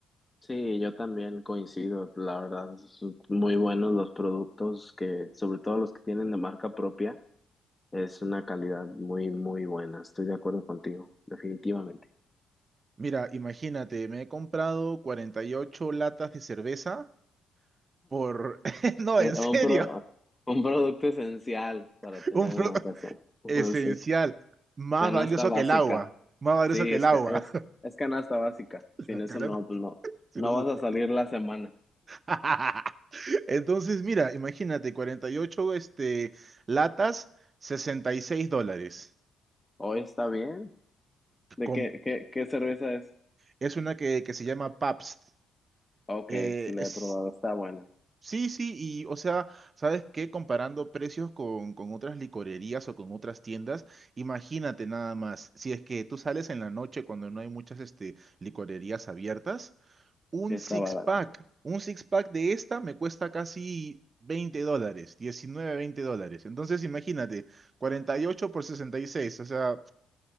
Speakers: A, on the left; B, on the right.
A: Sí, yo también coincido, la verdad, son muy buenos los productos que, sobre todo los que tienen de marca propia, es una calidad muy, muy buena. Estoy de acuerdo contigo, definitivamente.
B: Mira, imagínate, me he comprado 48 latas de cerveza por... <laughs>
A: Eh,
B: No, en serio,
A: Un pro- un producto esencial para
B: <laughs>
A: tener
B: un producto
A: en la casa. <laughs>
B: esencial,
A: Sí.
B: más
A: Canasta
B: valioso
A: básica.
B: que el agua, más valioso
A: Sí,
B: que
A: es,
B: el agua.
A: ca- es, es canasta básica.
B: <laughs>
A: Sin eso no, pues no,
B: Si
A: no
B: no se
A: vas
B: puede.
A: a salir la semana.
B: <laughs> Entonces, mira, imagínate, 48 este, latas, 66 dólares.
A: Hoy está bien. ¿De
B: Con-
A: qué, qué, qué cerveza es?
B: es una que, que se llama Pabst.
A: Ah, Ok,
B: Eh,
A: sí la
B: es-
A: he probado, está buena,
B: sí, sí, y o sea, ¿sabes qué? Comparando precios con, con otras licorerías o con otras tiendas, imagínate nada más, si es que tú sales en la noche cuando no hay muchas este, licorerías abiertas, un
A: sí está
B: six
A: barato.
B: pack. Un six pack de esta me cuesta casi 20 dólares, 19 20 dólares. Entonces imagínate, cuarenta y ocho por sesenta y seis o sea,